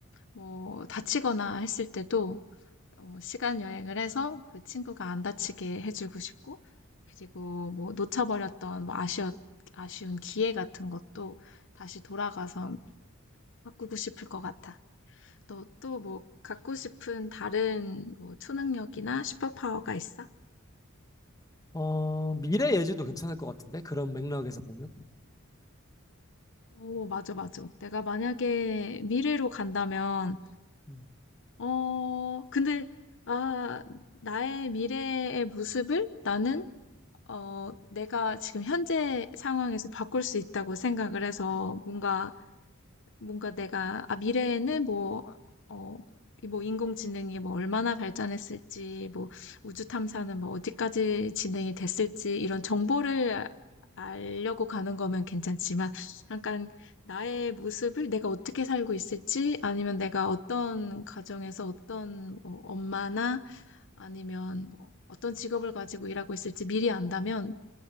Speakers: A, on the left (about 60°); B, on the left (about 15°).
A: 뭐, 다치거나 했을 때도, 어, 시간 여행을 해서 그 친구가 안 다치게 해주고 싶고, 그리고 뭐 놓쳐버렸던 뭐 아쉬 아쉬운 기회 같은 것도 다시 돌아가서 바꾸고 싶을 것 같아. 너 또 뭐 갖고 싶은 다른 뭐 초능력이나 슈퍼파워가 있어?
B: 어, 미래 예지도 괜찮을 것 같은데? 그런 맥락에서 보면.
A: 오, 맞아, 맞아. 내가 만약에 미래로 간다면,
B: 음.
A: 어, 근데, 아, 나의 미래의 모습을 나는 어, 내가 지금 현재 상황에서 바꿀 수 있다고 생각을 해서 뭔가, 뭔가 내가, 아, 미래에는 뭐, 어, 이뭐 인공지능이 뭐 얼마나 발전했을지, 뭐 우주 탐사는 뭐 어디까지 진행이 됐을지 이런 정보를 알려고 가는 거면 괜찮지만 약간 나의 모습을 내가 어떻게 살고 있을지 아니면 내가 어떤 가정에서 어떤 뭐 엄마나 아니면 뭐 어떤 직업을 가지고 일하고 있을지 미리 안다면